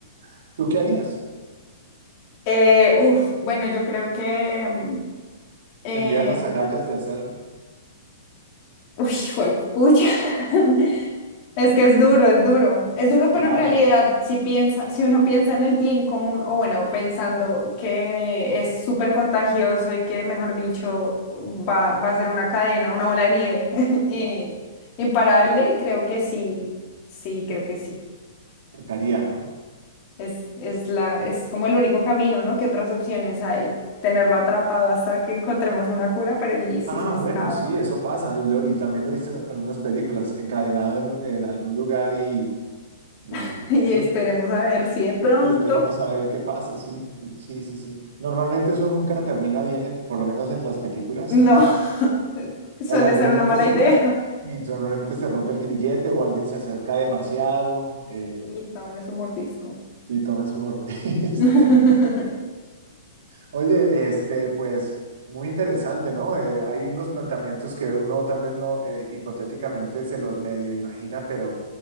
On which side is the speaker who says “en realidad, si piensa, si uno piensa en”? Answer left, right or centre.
Left